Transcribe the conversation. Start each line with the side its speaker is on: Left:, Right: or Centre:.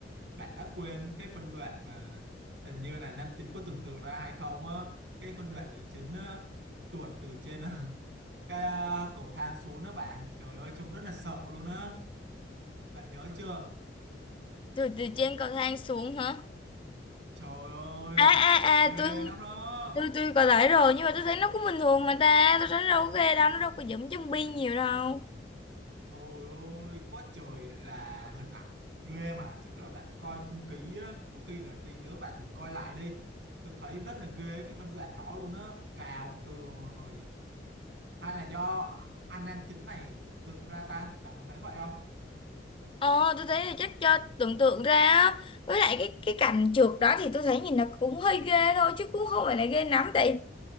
Right: bạn đã quên cái phân đoạn mà hình như là nam chính có tưởng tượng ra hay không á cái phân đoạn nữ chính á, tuột từ trên á, <laughs> cái à, cầu thang xuống đó bạn trời ơi trông rất là sợ luôn á bạn nhớ chưa
Left: từ từ trên cầu thang xuống hả
Right: trời ơi
Left: à à
Right: ghê
Left: à tôi
Right: lắm đó
Left: tôi tôi có lại rồi nhưng mà tôi thấy nó cũng bình thường mà ta tôi thấy nó đâu có ghê đâu nó đâu có giống zombie nhiều đâu
Right: Trời ơi, quá trời là hình ảnh ghê mà chắc là bạn coi không kỹ á, có khi là tí nữa bạn thử coi lại đi. Tôi thấy rất là ghê cái phân đoạn đó luôn á, cào tường rồi hay là do anh nam chính này tưởng tượng ra ta, bạn có thấy vậy không?
Left: ờ tôi thấy là chắc cho tưởng tượng ra á với lại cái cái cảnh trượt đó thì tôi thấy nhìn nó cũng hơi ghê thôi chứ cũng không phải là ghê lắm tại